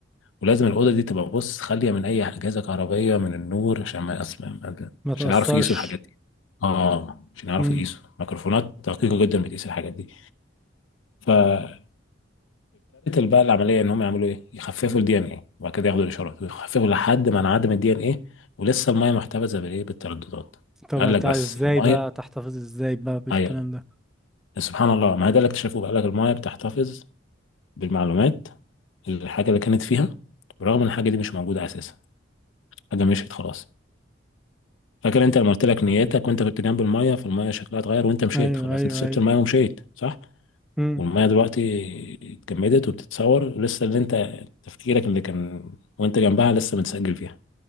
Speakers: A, on the left (about 80°); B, in the centre.
A: ولازم الأوضة دي تبقى بص خالية من أي أجهزة كهربائية من النور عشان ما أسمع
B: ما تأثرش
A: عشان يعرفوا يقيسوا الحاجات دي اه عشان يعرفوا
B: امم
A: يقيسوا ميكروفونات دقيقة جدا بتقيس الحاجات دي فابتدت بقى العملية إن هم يعملوا إيه يخففوا الدي إن إيه وبعد كده ياخدوا الإشارات ويخففوا لحد ما انعدم الدي إن إيه ولسه المية محتفظة بالإيه بالترددات
B: طب
A: فقال
B: هت-
A: لك بس
B: ازاي
A: المية
B: بقى تحتفظ ازاي بقى بالكلام
A: أيوة
B: ده
A: سبحان الله ما هو ده اللي اكتشفوه بقى قال لك المية بتحتفظ بالمعلومات الحاجة اللي كانت فيها برغم إن الحاجة دي مش موجودة أساسا حاجة مشيت خلاص فاكر انت لما قلت لك نيتك وانت كنت جنب المايه فالمايه شكلها اتغير وانت مشيت
B: ايوه
A: خلاص
B: ايوه
A: انت سبت
B: ايوه
A: المايه ومشيت صح
B: امم
A: والمايه دلوقتي اتجمدت وبتتصور لسه اللي انت تفكيرك اللي كان وانت جنبها لسه متسجل فيها